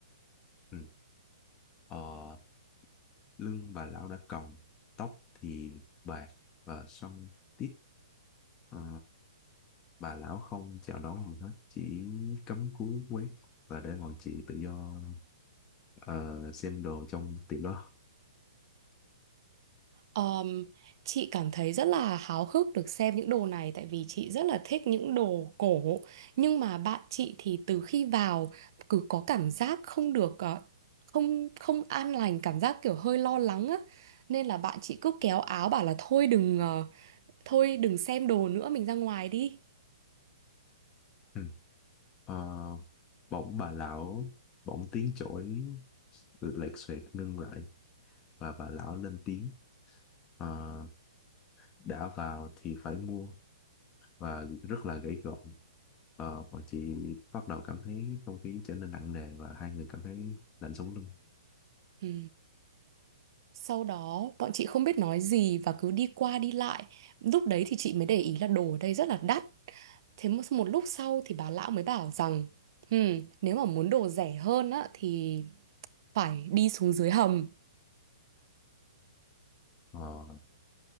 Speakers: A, on the left (about 25°); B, on the right (about 50°).
A: Ừ. Ờ, lưng bà lão đã còng, tóc thì bạc và xoăn tít. Ờ, bà lão không chào đón gì hết, chỉ cắm cúi quét và để bọn chị tự do ờ, xem đồ trong tiệm đó.
B: Ờm, chị cảm thấy rất là háo hức được xem những đồ này tại vì chị rất là thích những đồ cổ nhưng mà bạn chị thì từ khi vào cứ có cảm giác không được ờ, không không an lành cảm giác kiểu hơi lo lắng á nên là bạn chị cứ kéo áo bảo là thôi đừng ờ, thôi đừng xem đồ nữa mình ra ngoài đi.
A: Ừ. Ờ, bỗng bà lão bỗng tiếng chổi lệch xoẹt ngưng lại và bà lão lên tiếng Ờ, đã vào thì phải mua và rất là gãy gọn Ờ, bọn chị bắt đầu cảm thấy không khí trở nên nặng nề và hai người cảm thấy lạnh sống lưng
B: Ừ. Sau đó bọn chị không biết nói gì và cứ đi qua đi lại. Lúc đấy thì chị mới để ý là đồ ở đây rất là đắt. Thế một, một lúc sau thì bà lão mới bảo rằng "Ừm, nếu mà muốn đồ rẻ hơn á thì phải đi xuống dưới hầm.
A: Ờ,